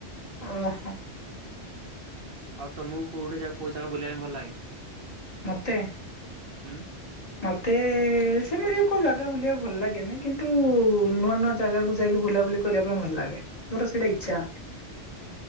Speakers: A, on the left; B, on the right.
A: ଓହୋ
B: ଆଉ ତମକୁ କୋଉଠି ଯାଗ କୋଉ ଜାଗା ବୁଲିବା ପାଇଁ ଭଲ ଲାଗେ
A: ମତେ
B: ହୁଁ
A: ମତେ ସେମିତି କୋଉ ଜାଗା ବୁଲିବାକୁ ଭଲ ଲାଗେନି କିନ୍ତୁ ନୂଆ ନୂଆ ଜାଗାକୁ ଯାଇକି ବୁଲାବୁଲି କରିବା ପାଇଁ ଭଲ ଲାଗେ ମୋର ସେଇଟା ଇଚଛା